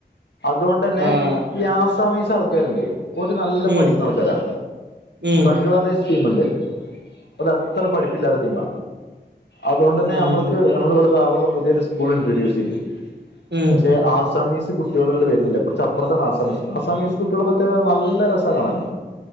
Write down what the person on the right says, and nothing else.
ആഹ്
ഉം
ഉം
ഉം
ഉം